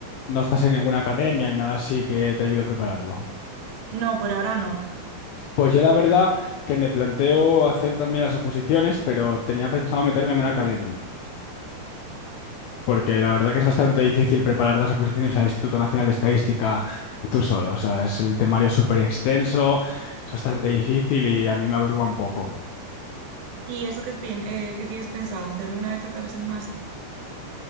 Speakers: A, on the left (about 80°); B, on the right (about 75°).
A: no estás en ninguna academia ni nada así que te ayude a prepararlo.
B: No, por ahora no.
A: Pues yo la verdad que me planteo hacer también las oposiciones, pero tenía pensado meterme en una academia, porque la verdad que es bastante difícil preparar las oposiciones al Instituto Nacional de Estadística tú solo. O sea, es el temario es súper extenso, es bastante difícil y a mí me abruma un poco.
B: ¿Y eso qué, tien- eh, qué tienes pensado? ¿Hacerlo una vez acabes el máster?